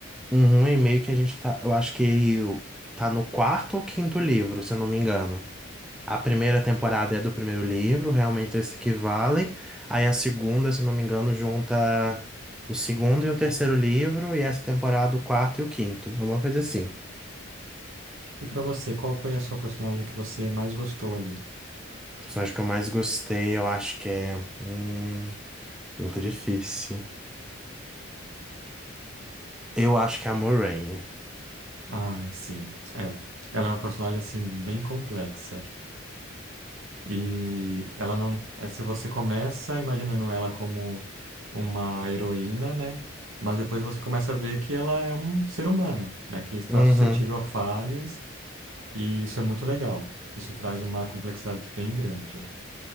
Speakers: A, in the centre; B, on the right.
A: Uhum, e meio que a gente tá. Eu acho que o- tá no quarto ou quinto livro, se eu não me engano. A primeira temporada é do primeiro livro, realmente eles que valem. Aí a segunda, se eu não me engano, junta o segundo e o terceiro livro, e essa temporada o quarto e o quinto, alguma coisa assim.
B: E pra você, qual foi a sua personagem que você mais gostou ali?
A: O personagem que eu mais gostei, eu acho que é. Hum, pergunta difícil. Eu acho que é a Moraine.
B: Ah, sim. É. Ela é uma personagem assim bem complexa. E ela não. é, Se você começa imaginando ela como uma heroína, né? Mas depois você começa a ver que ela é um ser humano, né? Que está
A: Uhum.
B: suscetível a falhas, e isso é muito legal. Isso traz uma complexidade bem grande.